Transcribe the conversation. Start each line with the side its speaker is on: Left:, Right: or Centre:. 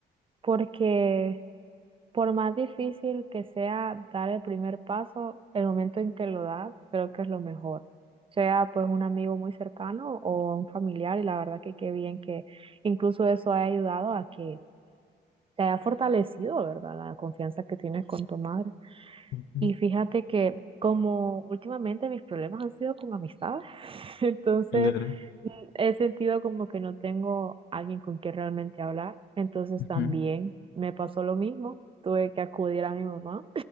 Right: porque por más difícil que sea dar el primer paso, el momento en que lo das, creo que es lo mejor. Sea pues un amigo muy cercano o un familiar, y la verdad que qué bien que incluso eso haya ayudado a que te haya fortalecido, ¿verdad? La confianza que tienes con tu madre.
Left: Ujú,
Right: Y fíjate que como últimamente mis problemas han sido con amistades, <laughs> entonces
Left: Claro.
Right: mm, he sentido como que no tengo alguien con quien realmente hablar. Entonces
Left: ujú,
Right: también me pasó lo mismo, tuve que acudir a mi mamá